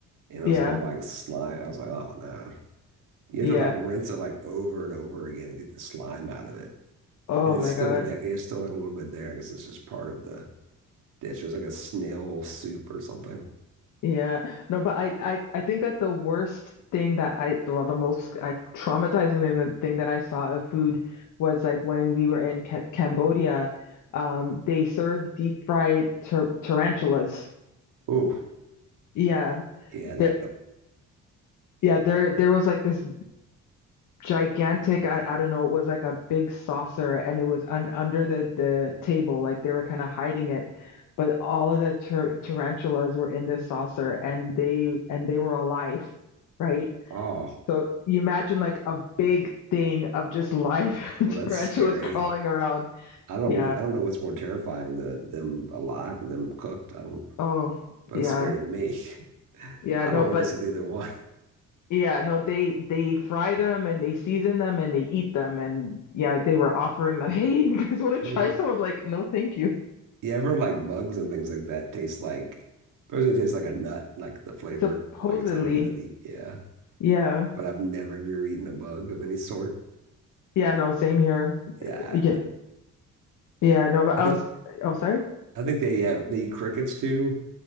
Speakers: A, on the right; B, on the left.
A: and it
B: Yeah.
A: was all like slime. I was like, oh no, you
B: Yeah.
A: have to like rinse it like over and over again and get the slime out of it,
B: Oh
A: and it's
B: my
A: still
B: God.
A: there. It's still like a little bit there. I guess it's just part of the dish. It was like a snail soup or something.
B: Yeah. No, but I, I, I think that the worst thing that I, well, the most uh, traumatizing thing, the thing that I saw of food was like when we were in Ca Cambodia, um, they served deep fried tar tarantulas.
A: Oh,
B: Yeah.
A: Yeah, that,
B: There, yeah, there, there was like this gigantic, I, I don't know, it was like a big saucer and it was un under the, the table. Like they were kind of hiding it. But all of the tar tarantulas were in this saucer and they, and they were alive, right?
A: oh,
B: So you imagine like a big thing of just live <laughs>
A: well, that's
B: tarantulas
A: scary.
B: crawling around.
A: I don't know
B: Yeah.
A: what, I don't know what's more terrifying, the them alive or them cooked. I don't,
B: Oh,
A: both
B: yeah.
A: scary to me. <laughs>
B: Yeah,
A: I
B: no,
A: don't want
B: but
A: to mess with either one.
B: yeah, no, they they fry them and they season them and they eat them and yeah, they were offering them, <laughs> "Hey, you guys
A: <laughs>
B: want to
A: Ooh.
B: try some?" I'm like, "No, thank you."
A: Yeah, I've heard like bugs and things like that taste like, supposedly it tastes like a nut, like the flavor,
B: Supposedly.
A: like it's like a nutty. Yeah,
B: Yeah.
A: but I've never have you ever eaten a bug of any sort.
B: Yeah, no, same here.
A: Yeah, I
B: Yeah.
A: haven't.
B: Yeah, no, but
A: I
B: I
A: think
B: was oh, sorry.
A: I think they have they eat crickets too.